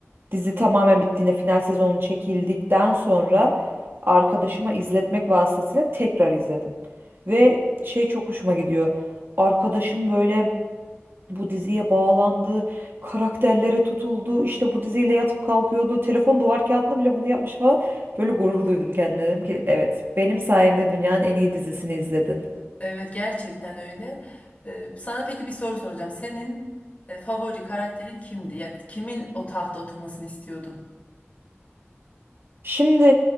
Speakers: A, on the right (about 55°); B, on the left (about 35°).
A: dizi tamamen bittiğinde final sezonu çekildikten sonra arkadaşıma izletmek vasıtasıyla tekrar izledim. Ve şey çok hoşuma gidiyor. Arkadaşım böyle bu diziye bağlandı, karakterlere tutuldu, işte bu diziyle yatıp kalkıyordu, telefon duvar kağıdına bile bunu yapmış falan. Böyle gurur duydum kendime dedim ki evet benim sayemde dünyanın en iyi dizisini izledin.
B: Evet gerçekten öyle. E, sana peki bir soru soracağım. Senin e, favori karakterin kimdi? Ya, kimin o tahta oturmasını istiyordun?
A: Şimdi